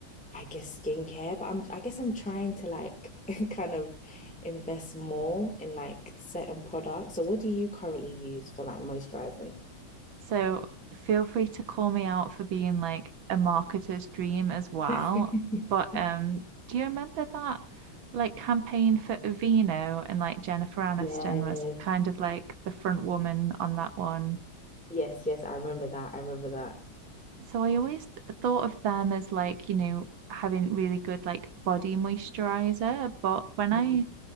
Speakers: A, in the centre; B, on the right.
A: I guess skincare, but I'm I guess I'm trying to like <laughs> kind of invest more in like certain products. So what do you currently use for like moisturizing?
B: So feel free to call me out for being like a marketer's dream as well.
A: <laughs>
B: But um, do you remember that like campaign for Aveeno and like Jennifer Aniston
A: Yes.
B: was kind of like the front woman on that one?
A: Yes, yes, I remember that. I remember that.
B: So I always th- thought of them as like, you know, having really good like body moisturizer. But when
A: Mhm.
B: I